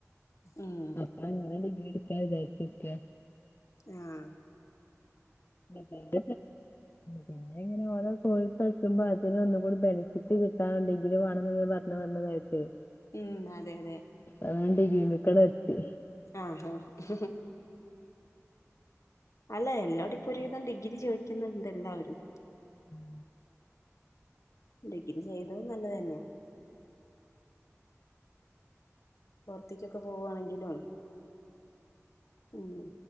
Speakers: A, on the left; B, on the left.
A: ഉം
B: അപ്പൊ അങ്ങനെ ഡിഗ്രിട്ക്കാ വിചാരിച് നിക്ക
A: ആഹ്
B: <unintelligible> പിന്നെങ്ങന ഓരോ കോഴ്സ് ഇട്ക്കുമ്പോ അതിന് ഒന്നും കൂടി ബെനിഫിറ്റ് കിട്ടാന് ഡിഗ്രി വേണംന്ന് ഇങ്ങനെ പറഞ്ഞ് പറഞ്ഞ് ഇതായിട്ടെ
A: ഉം അതെ അതെ
B: അങ്ങനെ ഡിഗ്രിമ്മെക്കണ്ട് എത്തി
A: ആഹ് ആഹ് അല്ല എല്ലോടിം ഇപ്പൊ ഒരുവിധം ഡിഗ്രി ചോദിക്കുന്നുണ്ട് എല്ലാവരും
B: ഉം
A: ഡിഗ്രി ചെയ്തതും നല്ലതന്നെയാ പുറത്തിക്കൊക്കെ പോവാണെങ്കിലും ഉം